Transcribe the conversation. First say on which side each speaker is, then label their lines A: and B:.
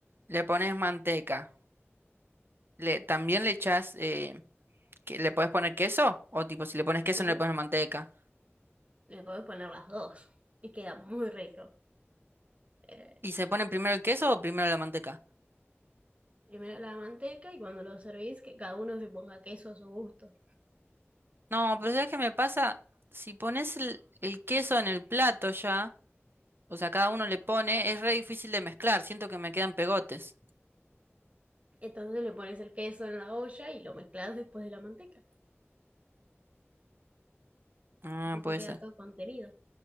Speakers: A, on the right; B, on the right.
A: le pones manteca, le, también le echás. que le puedes poner queso, o tipo, si le pones queso
B: sí,
A: no le pones manteca.
B: le podés poner las dos y queda muy rico. Eh,
A: ¿Y se pone primero el queso o primero la manteca?
B: primero la manteca y cuando lo servís, que cada uno se ponga queso a su gusto.
A: No, pero ¿sabes qué me pasa? Si pones el, el queso en el plato ya, o sea, cada uno le pone, es re difícil de mezclar, siento que me quedan pegotes.
B: Entonces le pones el queso en la olla y lo mezclas después de la manteca.
A: Ah,
B: Así
A: puede
B: te queda
A: ser.
B: todo contenido.